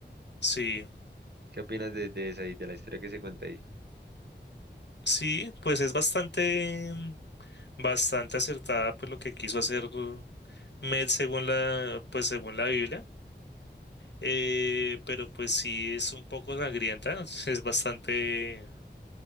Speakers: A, on the left; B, on the right.
A: Sí,
B: ¿Qué opinas de, de esa y de la historia que se cuenta ahí?
A: sí, pues es bastante, bastante acertada por lo que quiso hacer Med según la, pues según la Biblia, eh, pero pues sí es un poco sangrienta, es bastante